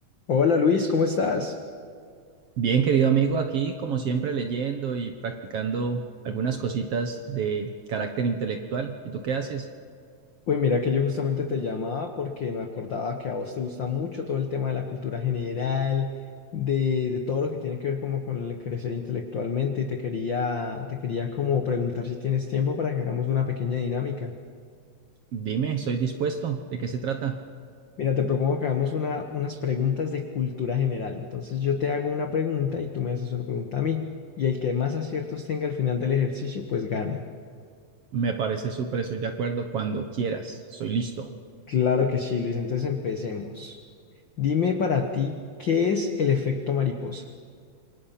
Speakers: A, on the left; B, on the right.
A: Hola Luis, ¿cómo estás?
B: Bien, querido amigo, aquí como siempre leyendo y practicando algunas cositas de carácter intelectual. ¿Y tú qué haces?
A: Uy, mira que yo justamente te llamaba porque me acordaba que a vos te gusta mucho todo el tema de la cultura general, de, de todo lo que tiene que ver como con el crecer intelectualmente y te quería, te quería como preguntar si tienes tiempo para que hagamos una pequeña dinámica.
B: Dime, estoy dispuesto. ¿De qué se trata?
A: Mira, te propongo que hagamos una, unas preguntas de cultura general. Entonces yo te hago una pregunta y tú me haces una pregunta a mí. Y el que más aciertos tenga al final del ejercicio, pues gana.
B: Me parece súper, estoy de acuerdo. Cuando quieras, soy listo.
A: Claro que sí, Luis. Entonces empecemos. Dime para ti, ¿qué es el efecto mariposa?